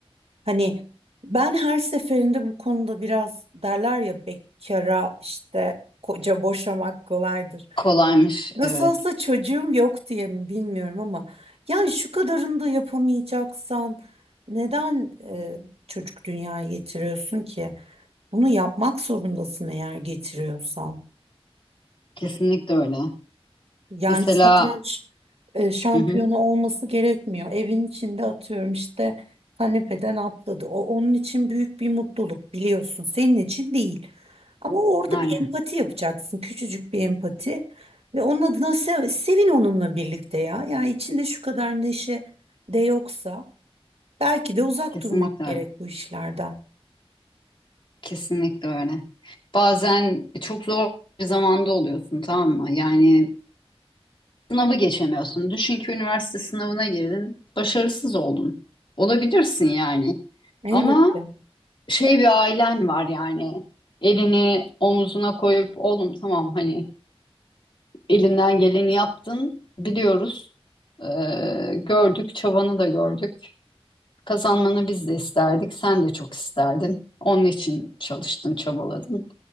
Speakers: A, on the right; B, on the left.
A: hani ben her seferinde bu konuda biraz derler ya bekara işte koca boşamak kolaydır.
B: Kolaymış.
A: Nasıl
B: Evet.
A: olsa çocuğum yok diye mi bilmiyorum ama yani şu kadarını da yapamayacaksan neden e, çocuk dünyaya getiriyorsun ki? Bunu yapmak zorundasın eğer getiriyorsan.
B: Kesinlikle öyle.
A: Yani
B: Mesela
A: satranç e, şampiyonu
B: hı hı,
A: olması gerekmiyor. Evin içinde atıyorum işte kanepeden atladı. O onun için büyük bir mutluluk biliyorsun. Senin için değil. Ama orada
B: aynen.
A: bir empati yapacaksın. Küçücük bir empati. Ve onun adına sev, sevin onunla birlikte ya. Yani içinde şu kadar neşe de yoksa belki de uzak
B: Kesinlikle
A: durmak gerek
B: öyle.
A: bu işlerden.
B: Kesinlikle öyle. Bazen çok zor bir zamanda oluyorsun tamam mı? Yani Sınavı geçemiyorsun. Düşün ki üniversite sınavına girdin, başarısız oldun. Olabilirsin yani.
A: Elbette.
B: Ama şey bir ailen var yani. Elini omuzuna koyup oğlum tamam hani elinden geleni yaptın biliyoruz. Ee, gördük, çabanı da gördük. Kazanmanı biz de isterdik, sen de çok isterdin. Onun için çalıştın, çabaladın.